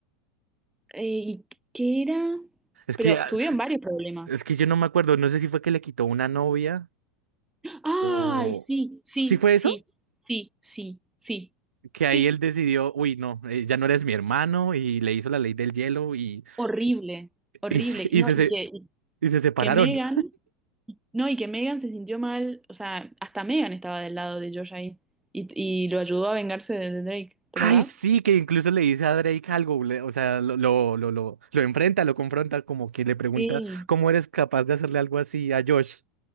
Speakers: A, in the centre; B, on the right (about 80°).
A: Eh, ¿y qué era?
B: Es
A: Pero
B: que, ah,
A: tuvieron varios problemas.
B: es que yo no me acuerdo, no sé si fue que le quitó una novia
A: Ay,
B: o...
A: sí, sí,
B: ¿Sí fue
A: sí,
B: eso?
A: sí, sí, sí,
B: Que
A: sí.
B: ahí él decidió, uy, no, eh, ya no eres mi hermano y le hizo la ley del hielo y,
A: Horrible, horrible.
B: y, se- y
A: No,
B: se,
A: y
B: se-
A: que, y
B: y se separaron.
A: que Megan... No, y que Megan se sintió mal, o sea, hasta Megan estaba del lado de Josh ahí y, y lo ayudó a vengarse de, de Drake, ¿te
B: Ay,
A: acordás?
B: sí, que incluso le dice a Drake algo, le- o sea, lo, lo, lo, lo, lo enfrenta, lo confronta, como que le pregunta
A: Sí.
B: cómo eres capaz de hacerle algo así a Josh.